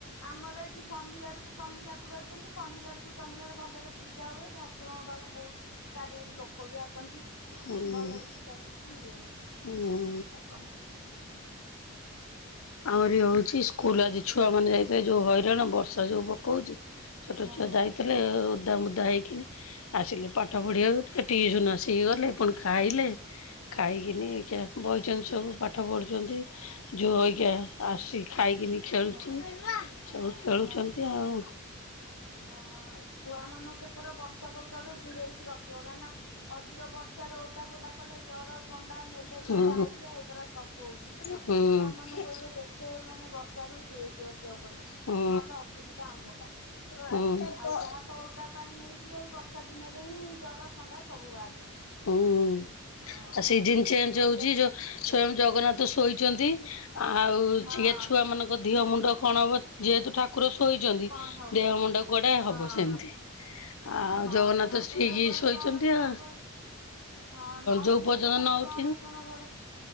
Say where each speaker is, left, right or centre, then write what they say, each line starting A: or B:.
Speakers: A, on the left; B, on the left.
A: ଆମର ଏଠି ଶନିବାର କୁ ଶନି ଠାକୁର ଅଛନ୍ତି ଶନିବାର କୁ ଶନିବାର ଭଲରେ ପୂଜା ହୁଏ ଠାକୁ ଠାକୁରଙ୍କ ପାଖକୁ ବହୁତ ଚାରିଆଡୁ ଲୋକ ବି ଆସନ୍ତି
B: ହୁଁ
A: ଭଲରେ ପୂଜାପୂଜି ବି ହୁଏ ଏଇଠି।
B: ହୁଁ।
A: ଆଉ କଣ ହୁଁ।
B: ଆମରି ହଉଛି ସ୍କୁଲ ଆଜି ଛୁଆମାନେ ଯାଇଥିଲେ ଯେଉ ହଇରାଣ ବର୍ଷା ଯୋଉ ପକଉଛି। ଛୋଟ
A: ହଁ
B: ଛୁଆ ଯାଇଥିଲେ ଓଦା ମୁଦା ହେଇକିନି ଆସିଲେ ପାଠ ପଢ଼ିବାକୁ, ଫେର୍ ଟିଉସନ୍ ଆସିକି ଗଲେ, ପୁଣି ଖାଇଲେ। ଖାଇକିନି ଏଇଖିଆ ବଇଚନ୍ତି ସବୁ ପାଠ ପଢୁଛନ୍ତି। ଯୋଉ ଅଇ କେହେ ଆସି ଖାଇକିନି ଖେଳୁଛି,
A: ହଁ
B: ସବୁ ଖେଳୁଛନ୍ତି
A: ହଁ
B: ଆଉ।
A: ହଁ ଏ ଛୁଆ ମାନଙ୍କୁ ଏଥର ବର୍ଷା ଫର୍ଷା ରୁ ଦୂରେଇକି ରଖିବ। କାଇଁନା ଅଧିକ ବର୍ଷାରେ ଓଦା ଫଦା କଲେ ଜର, ଥଣ୍ଡା, ମ୍ୟାଲେରିଆ,
B: ହୁଁ
A: ଡାଇରିଆ ଏଗୁରା ସବୁ ହଉଛି।
B: ହୁଁ।
A: ଏବେ ଯେତେ ମାନେ ବର୍ଷା ରୁ ଦୂରେଇକି ରଖିବାକୁ ପଡିବ,
B: ହୁଁ
A: ନହେଲେ ଅସୁବିଧା ଆମ ପାଇଁ।
B: ହୁଁ ହୁଁ
A: ଆଉ ଯାହା ତ ଓଦା ପାଣି ହେଇଥିବ ଏଇ ବର୍ଷା ଦିନରେ ହିଁ ଜର, ଥଣ୍ଡା ସବୁ ବାହାରିବ।
B: ହୁଁ,
A: ଆଉ
B: ଆ ସିଜିିନ୍ ଚେଞ୍ଜ
A: ଅଇକା
B: ହଉଛି, ଯୋ ସ୍ଵୟଂ ଜଗନ୍ନାଥ ଶୋଇଛନ୍ତି। ଆଉ ଛିଏ
A: ହଁ
B: ଛୁଆ ମାନଙ୍କ ଧିଅ ମୁଣ୍ଡ କଣ ହବ ଯେହେତୁ ଠାକ କୁର ଶୋଇନ୍ତି
A: କଣ ହବ
B: ଦେହ ମୁଣ୍ଡ କୁଆଡେ
A: ହଁ
B: ହବ ସେମିତି। ଆଉ
A: ହଁ
B: ଜଗନ୍ନାଥ
A: ଠାକୁର
B: ସ୍ତ୍ରୀ
A: ଯେ
B: କି
A: କଣସି
B: ଶୋଇଛନ୍ତି
A: ଅଣସଣ
B: ଆ
A: କରୁ। ହଁ ନଅ
B: ଯୋଉ
A: ଦିନ
B: ପର୍ଯ୍ୟନ୍ତ
A: ଏକା ଠାକୁର
B: ନ ଉଠି
A: ଅଣ ଶଣ ଘରେ